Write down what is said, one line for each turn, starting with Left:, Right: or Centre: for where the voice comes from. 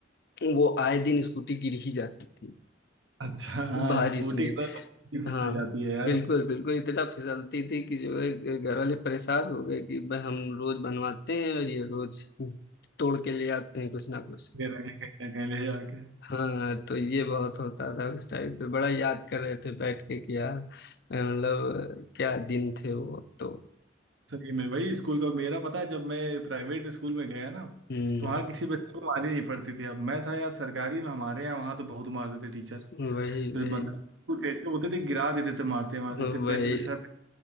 Left: वो आए दिन स्कूटी गिर ही जाती थी
Right: अच्छा हाँ
Left: बारिश
Right: स्कूटी
Left: में
Right: के साथ स्कूटी
Left: हाँ
Right: फिसल जाती है यार
Left: बिल्कुल बिल्कुल इतना फिसलती थी कि जो है घर वाले परेशान हो गए कि भाई हम रोज बनवाते हैं और ये रोज तोड़ के ले आते हैं कुछ ना कुछ
Right: ये रहे हैं कहीं ना कहीं ले जाके
Left: हाँ तो ये बहुत होता था उस टाइम पे बड़ा याद कर रहे थे बैठ के कि यार अ, मतलब अ, क्या दिन थे वो तो
Right: सही में वही स्कूल का मेरा पता है जब मैं प्राइवेट स्कूल में गया ना
Left: हम्म
Right: तो वहाँ किसी बच्चे को मारी नहीं पड़ती थी अब मैं था यार सरकारी में हमारे यहाँ वहाँ तो बहुत मारते थे टीचर
Left: वही
Right: फिर
Left: वही
Right: मतलब कुछ ऐसे होते थे गिरा देते थे मारते मारते
Left: वही
Right: ऐसे बेंच पे सर